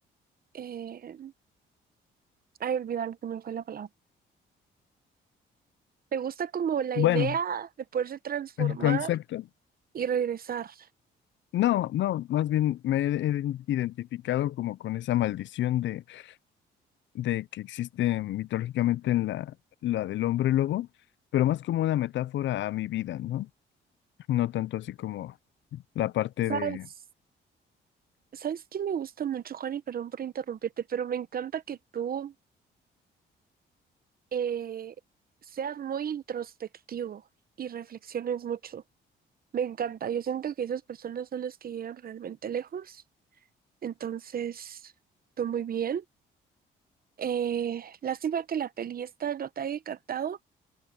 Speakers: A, on the right; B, on the left.
A: Eh, ay, olvidar que me fue la palabra. ¿Te gusta como la
B: bueno,
A: idea de poderse transformar
B: el concepto.
A: y regresar?
B: No, no, más bien me he identificado como con esa maldición de de que existe mitológicamente en la, la del hombre lobo, pero más como una metáfora a mi vida, ¿no? No tanto así como la parte
A: ¿Sabes?
B: de...
A: ¿Sabes qué me gusta mucho, Juan? Y perdón por interrumpirte, pero me encanta que tú eh, seas muy introspectivo y reflexiones mucho. Me encanta. Yo siento que esas personas son las que llegan realmente lejos Entonces, fue muy bien. Eh, lástima que la peli esta no te haya encantado.